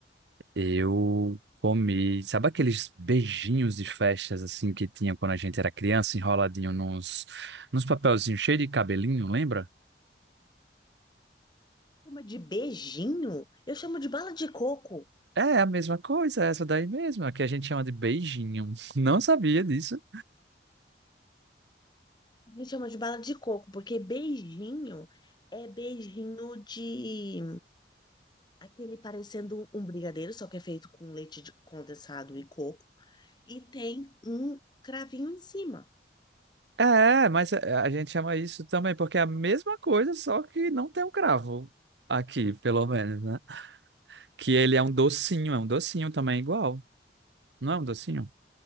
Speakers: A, on the right; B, on the left.
A: Eu
B: Hum.
A: comi, sabe aqueles beijinhos de festas assim que tinha quando a gente era criança, enroladinho nos, nos papelzinhos cheios de cabelinho, lembra?
B: Chama de beijinho? Eu chamo de bala de coco.
A: É a mesma coisa, essa daí mesmo, a que a gente chama de beijinho. <laughs> Não sabia disso.
B: A gente chama de bala de coco, porque beijinho é beijinho de aquele parecendo um brigadeiro, só que é feito com leite de- condensado e coco, e tem um cravinho em cima.
A: É, mas a a gente chama isso também porque é a mesma coisa, só que não tem um cravo aqui, pelo menos, né? Que ele é um docinho, é um docinho também igual. Não é um docinho?